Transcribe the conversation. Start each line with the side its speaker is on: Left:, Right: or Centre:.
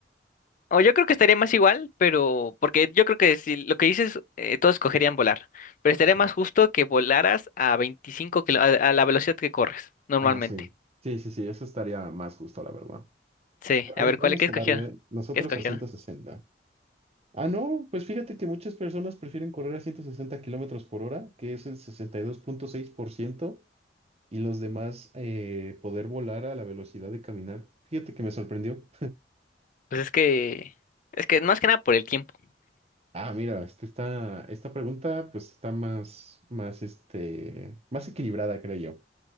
Left: O yo creo que estaría más igual, pero porque yo creo que si lo que dices, eh, todos escogerían volar, pero estaría
Right: Mm.
Left: más justo que volaras a 25 kilo, a, a la velocidad que corres normalmente.
Right: Ah, sí. Sí, sí, sí, eso estaría más justo, la verdad.
Left: Sí,
Right: Pero
Left: a ver,
Right: vamos
Left: ¿cuál, qué escogieron?
Right: a darle nosotros
Left: ¿Qué escogieron?
Right: a 160. Ah, no, pues fíjate que muchas personas prefieren correr a 160 kilómetros por hora, que es el sesenta y dos punto seis por ciento. y los demás eh, poder volar a la velocidad de caminar. Fíjate que me sorprendió.
Left: Pues es que, es que más que nada por el tiempo.
Right: Ah, mira, este está, esta pregunta pues está más, más, este, más equilibrada, creo yo.